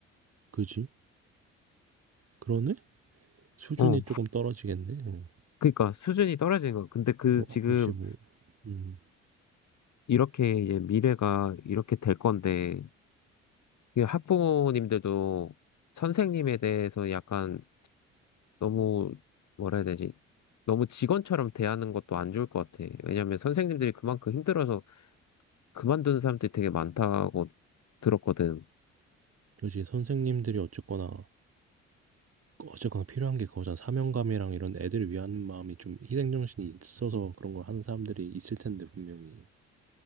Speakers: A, on the right (about 40°); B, on the left (about 50°).
A: 그지? 그러네? 수준이
B: 어,
A: 조금 떨어지겠네. 어.
B: 그러니까 수준이 떨어지는 거. 근데 그
A: 뭐
B: 지금
A: 그치 뭐 음
B: 이렇게 이제 미래가 이렇게 될 건데, 이 학부모님들도 선생님에 대해서 약간 너무 뭐라 해야 되지? 너무 직원처럼 대하는 것도 안 좋을 것 같아. 왜냐면 선생님들이 그만큼 힘들어서 그만둔 사람들이 되게 많다고 들었거든.
A: 그치 선생님들이 어쨌거나 어쨌거나 필요한 게 그거잖아. 사명감이랑 이런 애들을 위하는 마음이 좀 희생 정신이 있어서 그런 걸 하는 사람들이 있을 텐데 분명히.